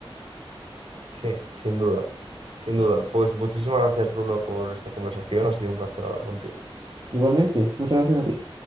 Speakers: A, on the right; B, on the right.
A: sí, sin duda, sin duda. Pues muchísimas gracias, Bruno, por esta conversación. Ha sido un placer hablar contigo.
B: Igualmente, muchas gracias a ti.